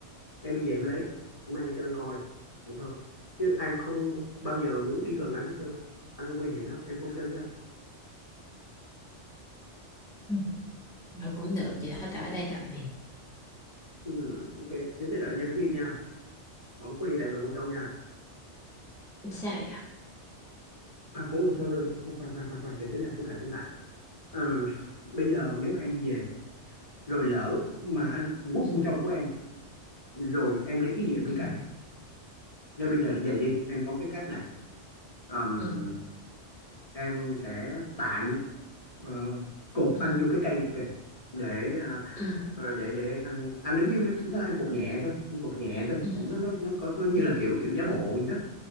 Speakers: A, on the left; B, in the centre.
A: em đi về em lấy em mang lại cho anh coi vậy thôi chứ em không bao giờ muốn đi gần anh hết trơn anh nguy hiểm lắm em không chơi với anh
B: Ừ. rồi cũng được vậy thôi tao ở đây đợi mày
A: ừ, ok đứng để đợi nha đứng im nha không có đi lại gần con trâu nha
B: sao vậy
A: à cũng không sao đâu. khoan khoan khoan khoan để tính lại tính lại tính lại Ừm, bây giờ nếu mà em đi về rồi lỡ mà anh quất
B: ừ
A: con trâu của em rồi em lấy cái gì em đi
B: ừ
A: cày Nơi bây giờ đi về đi, em có cái cách này. Ờm,
B: ừ
A: em sẽ tạm ờ, cột
B: ừ
A: anh vô cái cây kia kìa để ờ,
B: ừ
A: ờ, để để anh anh đứng im chúng ta em cột nhẹ thôi em cột nhẹ thôi
B: ừ
A: không nó
B: ừ
A: nó nó có, có như
B: ừ
A: là kiểu kiểu giả bộ gì đó